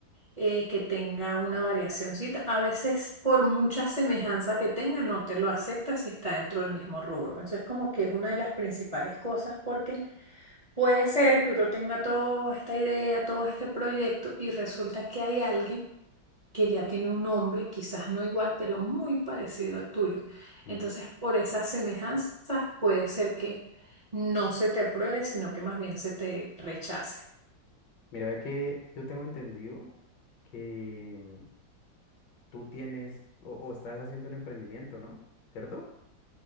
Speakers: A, on the right (about 35°); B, on the left (about 70°).
A: eh, que tenga una variacióncita. A veces por mucha semejanza que tenga, no te lo acepta si está dentro del mismo rubro. Entonces como que es una de las principales cosas porque... Puede ser que uno tenga toda esta idea, todo este proyecto y resulta que hay alguien que ya tiene un nombre, quizás no igual, pero muy parecido al tuyo.
B: ujú.
A: Entonces, por esas semejanzas, puede ser que no se te apruebe, sino que más bien se te rechace.
B: Mira ve que yo tengo entendido que tú tienes o, o estás haciendo un emprendimiento, ¿no? ¿Cierto?